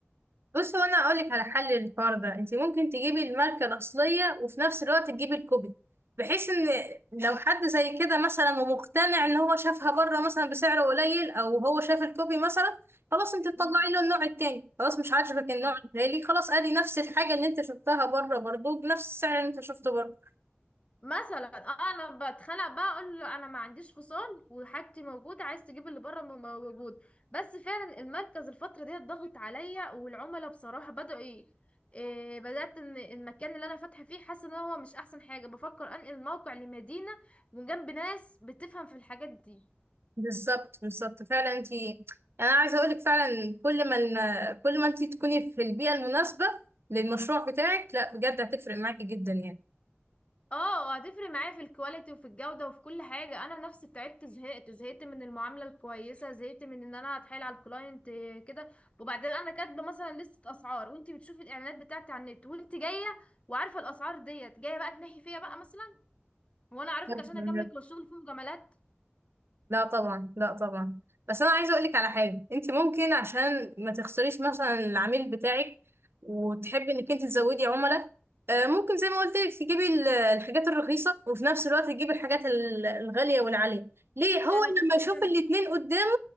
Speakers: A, on the right (about 65°); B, on the left (about 30°).
A: بص هو انا اقول لك على حل للحوار ده انت ممكن تجيبي الماركه الاصليه وفي نفس الوقت تجيبي الكوبي بحيث ان لو حد زي كده مثلا ومقتنع ان هو شافها بره مثلا بسعر قليل او هو شاف الكوبي مثلا خلاص انت تطلعي
B: مم.
A: له النوع التاني خلاص مش عاجبك النوع
B: آه.
A: الغالي خلاص ادي نفس الحاجه اللي انت شفتها بره برضه بنفس السعر اللي انت شفته بره
B: مثلا آه، انا بتخانق بقى اقول له انا ما عنديش فصال وحاجتي موجوده عايز تجيب اللي بره م- موجود بس فعلا المركز الفتره دي ضغط عليا والعملاء بصراحه بداوا ايه إيه بدات ان المكان اللي انا فاتحه فيه حاسه ان هو مش احسن حاجه بفكر انقل الموقع لمدينه وجنب ناس بتفهم في الحاجات دي
A: بالظبط بالظبط فعلا انت انا عايزه اقول لك فعلا كل ما الم... كل ما انت تكوني في البيئه المناسبه للمشروع بتاعك لا بجد هتفرق معاكي جدا يعني
B: اه هتفرق معايا في الكواليتي وفي الجودة وفي كل حاجة انا نفسي تعبت زهقت زهقت من المعاملة الكويسة زهقت من ان انا اتحايل على الكلاينت كده وبعدين انا كاتبة مثلا لستة اسعار وانت بتشوفي الاعلانات بتاعتي على النت وانت جاية وعارفة الاسعار ديت جاية بقى تنحي فيا بقى مثلا وانا اعرفك
A: لا
B: عشان اجاملك والشغل فيه مجاملات
A: طبعا لا طبعا بس انا عايزه اقول لك على حاجه انت ممكن عشان ما تخسريش مثلا العميل بتاعك وتحبي انك انت تزودي عملاء آه، ممكن زي ما قلت لك تجيبي ال- الحاجات الرخيصه وفي نفس الوقت تجيبي الحاجات ال- الغاليه والعاليه ليه هو
B: ده انا كده
A: لما
B: كده
A: يشوف الاتنين قدامه